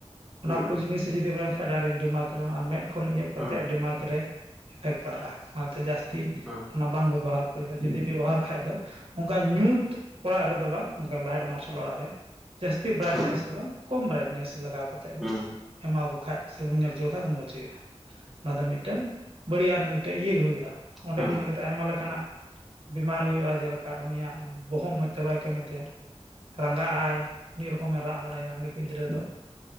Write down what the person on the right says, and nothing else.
ᱚᱱᱟ
ᱠᱚ
ᱡᱤᱱᱤᱥ ᱡᱩᱫᱤᱢ ᱢᱮᱱ ᱠᱷᱟᱱᱡ ᱰᱟᱭᱨᱮᱠᱴ ᱰᱤᱢᱟᱠ ᱨᱮ ᱢᱮᱫ ᱠᱷᱚᱱ ᱮᱚᱜ ᱠᱟᱛᱮᱫ
ᱰᱤᱢᱟᱠ ᱨᱮ ᱮᱯᱷᱮᱠᱴ ᱯᱟᱲᱟᱜᱼᱟ ᱚᱱᱟᱛᱮ ᱡᱟᱹᱥᱛᱤ
ᱚᱱᱟ ᱵᱟᱝ ᱵᱮᱵᱚᱦᱟᱨ ᱡᱩᱫᱤ ᱵᱮᱵᱚᱦᱟᱨ ᱠᱷᱟᱡ ᱫᱚ ᱚᱱᱠᱟ ᱧᱩᱛ ᱚᱲᱟᱜ ᱨᱮᱫᱚ ᱵᱟᱝ ᱚᱱᱠᱟ ᱞᱟᱭᱤᱴ ᱢᱟᱨᱥᱟᱞ ᱚᱲᱟᱜ ᱨᱮ ᱡᱟᱹᱥᱛᱤ
ᱫᱚ ᱵᱟᱝ ᱠᱚᱢ ᱵᱨᱟᱭᱤᱴᱱᱮᱥ ᱞᱟᱜᱟᱣ ᱠᱟᱛᱮ
ᱮᱢᱟ ᱠᱚ ᱵᱠᱷᱟᱱᱡ ᱥᱮᱵᱚᱱ ᱧᱮᱞ ᱞᱮ ᱠᱷᱟᱱ ᱫᱚ ᱢᱚᱸᱡᱽ ᱦᱩᱭᱩᱜᱼᱟ᱾ ᱱᱚᱣᱟ ᱫᱚ ᱢᱤᱫᱴᱮᱱ ᱵᱟᱹᱲᱤᱡ ᱢᱤᱫᱴᱮᱱ ᱤᱭᱟᱹ ᱜᱮ ᱦᱩᱭᱩᱜᱼᱟ ᱚᱸᱰᱮ
ᱠᱷᱚᱱ ᱜᱮ ᱟᱭᱢᱟ ᱞᱮᱠᱟᱱᱟᱜ ᱵᱤᱢᱟᱨ ᱦᱩᱭᱩᱜᱼᱟ ᱡᱮᱞᱮᱠᱟ ᱩᱱᱤᱭᱟᱜ ᱵᱚᱦᱚᱜ ᱢᱚᱸᱡᱽ ᱛᱮ ᱵᱟᱭ ᱠᱟᱹᱢᱤ ᱛᱟᱭᱟ᱾ ᱨᱟᱸᱜᱟᱜ ᱟᱭ ᱢᱤᱫ ᱨᱚᱠᱚᱢᱮ ᱨᱟᱜ ᱵᱟᱲᱟᱭᱟ ᱩᱱᱤ ᱜᱤᱫᱽᱨᱟᱹ ᱫᱚ᱾